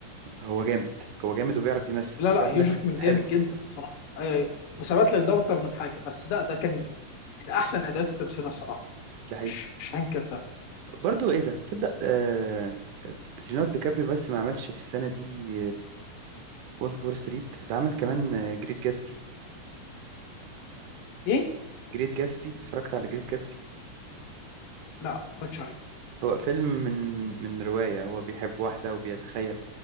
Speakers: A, on the right; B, on the left.
A: هو جامد هو جامد وبيعرف يمثل
B: لا
A: وبيعرف
B: لا هيوجك
A: يمثل
B: من
A: حلو
B: جامد جدا صراحه ايوه ايوه وثبت لك ده اكتر من حاجه بس ده ده كان من من احسن اداءات التمثيل الصراحه
A: ده حقيقي
B: مش مش هنكر ده
A: برضو ايه ده تصدق آه آه، ليوناردو كابريو بس ما عملش في السنة دي وولف اوف وول ستريت ده عمل كمان جريت جاتسبي
B: ايه
A: جريت جاتسبي اتفرجت على جريت جاتسبي
B: لا ما اتفرجتش عليه
A: هو فيلم من من من رواية هو بيحب واحدة وبيتخيل